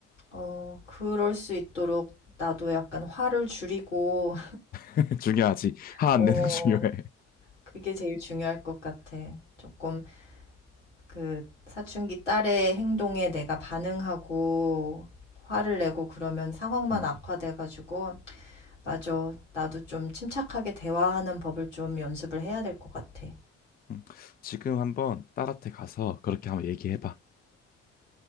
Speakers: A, on the left (about 80°); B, on the left (about 25°).
A: 어 그럴 수 있도록 나도 약간 화를 줄이고
B: <laughs> 중요하지.
A: <laughs>
B: 화
A: 어
B: 안 내는 거 중요해.
A: 그게 제일 중요할 것 같아. 조금 그 사춘기 딸의 행동에 내가 반응하고 화를 내고 그러면 상황만
B: 음,
A: 악화돼 가지고 맞아. 나도 좀 침착하게 대화하는 법을 좀 연습을 해야 될 것 같아.
B: 음. 지금 한번 딸한테 가서 그렇게 한번 얘기해봐.